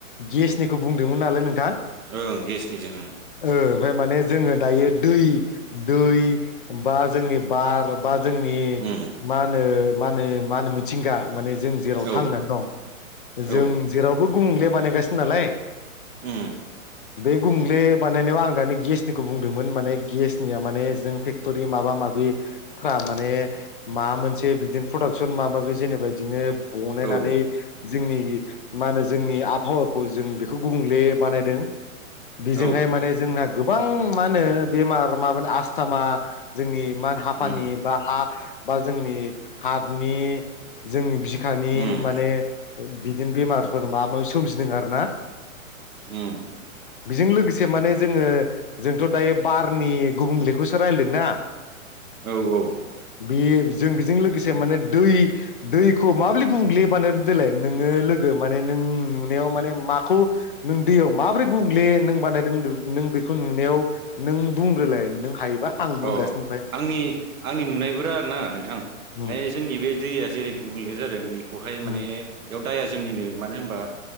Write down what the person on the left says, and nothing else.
गेसनि गोबुंदोंमोन नालाय नों दा
ओ ओमफ्राय माने जोङो दायो दै दै बा जोंनि बार बा जोंनि
मा होनो मा होनो मा होनो मिथिंगा माने जों जेराव
थांनान दं
जों जेरावबो गुबुंले बानायगासिनो नालाय।
बे गुबुंले बानायनायाव आं दानि गेसनिखौ बुंदोंमोन माने गेसनिया माने जों फेक्ट'रि माबा माबि फ्रा माने मा मोनसे बिदिन प्रडाक्सन माबा माबि जेनेबादिनो बनायनानै
जोंनि मा होनो जोंनि आबहावाखौ जों बेखौ गुबुंले बानायदों बिजोंहाय
माने जोंना गोबां मा होनो बेमार माबानि आस्थामा जोंनि मानहा
पानि बा हा बा जोंनि हार्थनि जोंनि बिखानि
माने ओ बिद बिदिनो बेमारफोर माबा माबि सोमजिदों आरो ना?
बिजों लोगोसे माने जोङो जोंथ' दायो बारनि गुबुंलेखौसो रायलायदोंना?
बे जों बेजों लोगोसे माने दै दैखौ माब्रै गुबुंले बानायदों देलाय नोङो लोगो माने नों नुनायाव माने माखौ नों दैयाव माबोरै गुबुंग्ले नों बानायदों नों बेखौ नुनायाव नों बुंग्रोलाय नों हायोबा आं बुंगासिनो
ओमफ्राय।
उम
उम